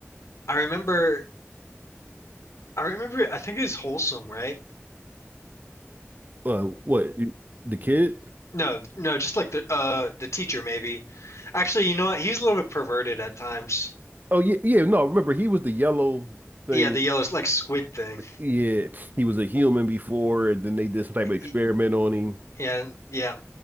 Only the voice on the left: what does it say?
I remember I remember I think it was Wholesome, right?
No, no, just like the uh the teacher maybe. Actually, you know what? He's a little bit perverted at times.
Yeah, the yellow like squid thing.
Y-
Yeah, yeah,